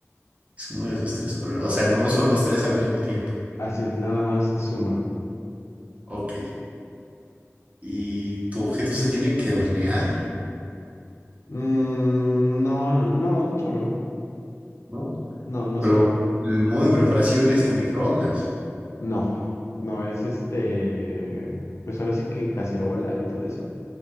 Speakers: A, on the right; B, on the left.
A: Es uno de esos tres colores. O sea, no son los tres al mismo tiempo.
B: Así es, nada más es uno.
A: Ok. Y tu objeto se tiene que hornear,
B: Mm, no, no, de hecho no.
A: ¿no?
B: No, no
A: Pero
B: sé.
A: el modo de preparación es en microondas.
B: No, no, es este. Pues ahora sí que en cacerola y todo eso.